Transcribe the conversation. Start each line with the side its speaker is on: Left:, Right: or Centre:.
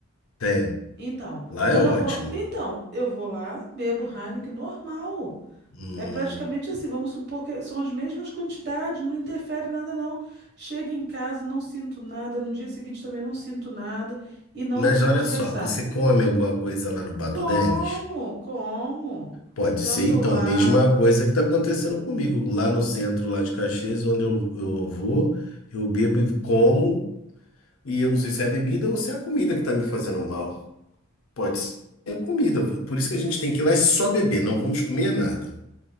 Left: tem.
Right: Então,
Left: Lá
Right: quando
Left: é ótimo.
Right: eu vou, então, eu vou lá, bebo Heineken normal.
Left: Hum,
Right: É praticamente assim, vamos supor que são as mesmas quantidades, não interfere nada não. Chego em casa, não sinto nada, no dia seguinte também não sinto nada e não
Left: mas
Right: acordo
Left: olha
Right: de ressaca.
Left: só, você come alguma coisa lá no Bar
Right: Como?
Left: do Denis?
Right: Como?
Left: Pode
Right: Tanto
Left: ser, então,
Right: lá.
Left: a mesma coisa que está acontecendo comigo. Lá
Right: Hum.
Left: no centro, lá de Caxias, onde eu, eu vou, eu bebo e como, e eu não sei se é a bebida ou se é a comida que está me fazendo mal. Pode ser a comida. Por isso que a gente tem que ir lá e só beber, não vamos comer nada.